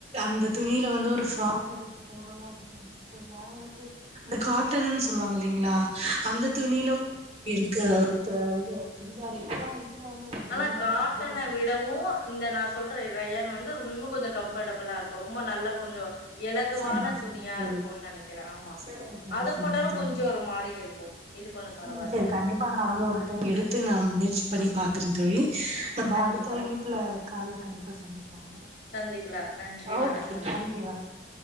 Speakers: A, on the right; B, on the left.
A: அந்த துணியில வந்து ஒரு ஃப்ராக் எடுத்து போடணு அப்டின்னு நெனச்ச செரி எனக்கு அந்த காட்டன்னு சொல்லுவாங்க இல்லலைங்களா அந்த துணியில
B: ம் ம்
A: ஒரு புடவை இருக்கு ஒரு இது சுடிதார் இருக்கா இதுல வந்து எனக்கு
B: ஆனா
A: இல்லன்னா
B: காட்டன
A: கண்டிப்பா
B: விடவு இந்த நா சொல்ற ரயன் வந்து இன்னு கொஞ்ச கம்பஃர்டபுளா இருக்கு ரொம்ப நல்லா கொஞ்சோ இலகுவான
A: சரிங்க
B: துணியா
A: சரிங்க தோழி
B: இருக்குன் நெனைக்கிற ஆமா
A: சரிங்க தோழி
B: அது
A: சரிங்க
B: போட்டாலு
A: தோழி
B: கொஞ்சோ ஒரு மாரி இருக்கு இது கொஞ்ச பரவால்ல
A: ம் செரி கண்டிப்பா நா வந்து ஒரு டைம் எடுத்து நா முயற்சி பண்ணி பாக்குறன் தோழி நம்ம
B: கண்டிப்பா
A: அடுத்த இணைப்புல கால்ல கண்டிப்பா சந்திக்லாங்க
B: சந்திக்லா நன்றி
A: ஓகே
B: வணக்கம்
A: நன்றி வணக்கம்